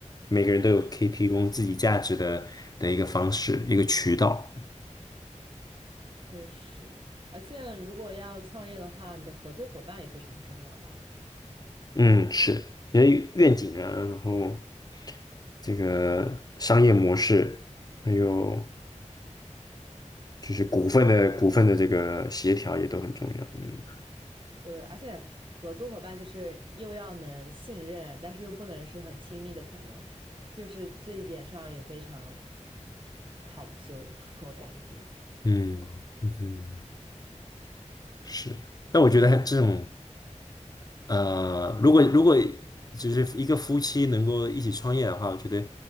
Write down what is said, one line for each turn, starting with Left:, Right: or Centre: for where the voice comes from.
Left: 每个人都有可以提供自己价值的的一个方式，一个渠道。
Right: 确实，而且如果要创业的话，你的合作伙伴也非常重要吧。
Left: 嗯，是你的愿景啊，然后这个商业模式，还有就是股份的股份的这个协调也都很重要。嗯
Right: 对，而且合作伙伴就是又要能信任，但是又不能是很亲密的朋友，就是这一点上也非常考究，<laughs> 我感觉。
Left: 嗯嗯哼是。但我觉得这种呃，如果如果就是一个夫妻能够一起创业的话，我觉得